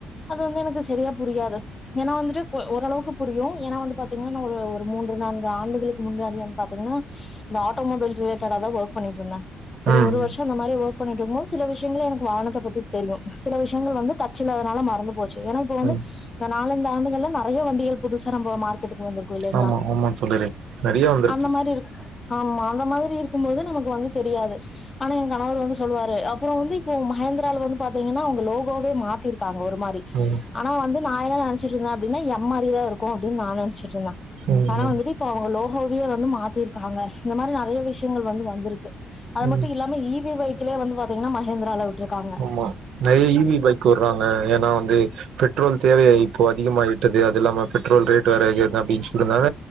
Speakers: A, on the left (about 30°); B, on the right (about 75°).
A: அது வந்து எனக்கு சரியா புரியாது ஏன்னா வந்துட்டு ஓரளவுக்கு புரியும் ஏன்னா வந்து பாத்தீங்கன்னா நா ஒரு ஒரு மூன்று நான்கு ஆண்டுகளுக்கு முன்னாடினு பாத்தீகன்னா இந்த ஆட்டோமொபைல் ரிலேட்டட தான் ஒர்க் பண்ணிட்டுறுந்தேன் ஒரு
B: ம்
A: ஒரு வருஷம் இந்த மாதிரி ஒர்க் பண்ணிட்டு இருோ சில விஷயங்கள எனக்கு வாகனத்தை பத்தி தெரியும் சில விஷயங்கள் வந்து டச்ல்லனால மறந்து போச்சு ஏன்னா இப்ப வந்து
B: ம்
A: இந்த நாலந்து ஆண்டுகளா நான் பழைய வண்டிய புதுசா நம்ப மார்க்கெட் வந்திருக்கும் இல்லலைங்களா
B: ஆமா ஆமா தோழரே நெறைய வந்திருக்கு
A: அந்த மாரி இருக்கு ஆமா அந்த மாதிரி இருக்கும்போது நமக்கு வந்து தெரியாது ஆனா என் கணவர் வந்து சொல்லுவாரு அப்புறம் வந்து இப்போ மகேந்திரால வந்து பாத்தீங்கன்னா அவுங்க லோகோவே மாத்திருக்காங்க ஒரு மாரி
B: ம்
A: ஆனா வந்து நாலா நெனச்சிட்ருந்தே அப்டினா எம் மாரியே இருக்கு அப்டின் நா நெனைச்சுட்ருந்தே
B: ம்
A: ஆனா வந்துட்டு
B: ம்
A: இப்ப அவ்ங்க லோகோவயே வந்து மாத்திருக்காங்க இது மாரி நெறைய விஷ்யங்கள் வந்து வந்திருக்கு அது மட்டு
B: ம்
A: இல்லாம இ வி வெஹிக்கிளே வந்து பாத்தீங்கனா மகேந்திரால விட்ருக்காங்க
B: ஆமா நெறைய இ வி பைக் விட்றாங்க ஏனா வந்து பெட்ரோல் தேவை இப்போ அதிகமாயிட்டது அது இல்லாம பெட்ரோல் ரேட்டு வேற ஏறுதா அப்டின் சொல்றனால